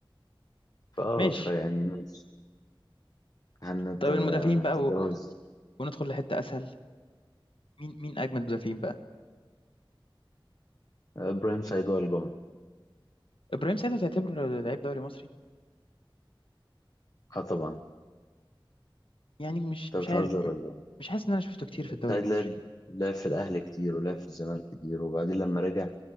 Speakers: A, on the left (about 45°); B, on the left (about 75°).
A: فآه
B: ماشي
A: فيعني ماشي هنتجاوز
B: طب المدافعين بقى و... وندخل لحته اسهل مين مين اجمد مدافعين بقى
A: آه، إبراهيم سعيد وائل جمعة
B: ابراهيم ساعتها تعتبره لعيب دوري مصري
A: اه طبعا
B: يعني مش
A: انت
B: مش
A: بتهزر
B: عارف م-
A: ولا إيه؟
B: مش حاسس ان انا شفته كتير في الدوري
A: سعيد
B: المصري
A: لعب لعب في الأهلي كتير ولعب في الزمالك كتير وبعدين لما رجع